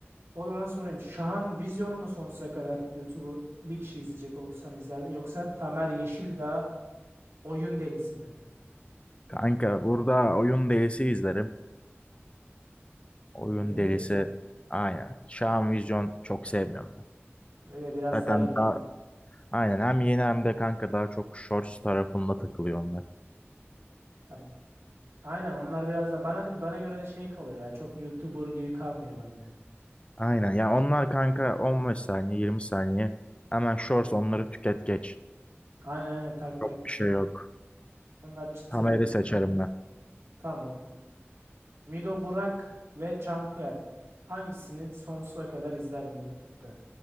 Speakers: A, on the right; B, on the left.
A: o zaman sorayım. Şahan Vizyon'u mu sonsuza kadar YouTube'u bir kişi izleyecek olsan izlerdin yoksa Tamer Yeşildağ oyun delisi mi?
B: Kanka burada oyun delisi izlerim. Oyun
A: Oyun
B: delisi
A: delisi.
B: aynen. Şahan Vizyon çok sevmiyorum ben.
A: Ve de biraz
B: Zaten
A: daha yeni.
B: daha Aynen hem yeni hem de kanka daha çok shorts tarafında takılıyor onlar.
A: Ab- Aynen onlar biraz da bana bana göre de şey kalıyor ya. Çok YouTuber gibi kalmıyor bende.
B: Aynen ya onlar kanka 15 saniye 20 saniye hemen shorts onları tüket geç.
A: Aynen aynen tak
B: Çok
A: tak.
B: bir şey yok.
A: Onlar çıtırlık.
B: Tamer'i seçerim ben.
A: Tamam. Mido Burak ve Çamkuel. Hangisini sonsuza kadar izlerdin YouTube'da?